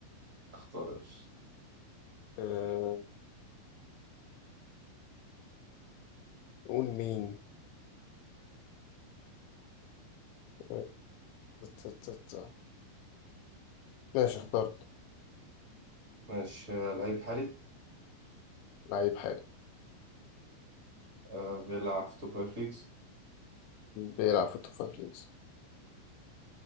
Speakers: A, on the right; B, on the left.
A: اختار يا باشا
B: أه... قول مين أه... ت- ت- ت- ماشي اخترت
A: ماشي آه، لعيب حالي
B: لعيب حالي
A: آه بيلعب في توب فايف ليجز
B: بيلعب في التوب فايف ليجز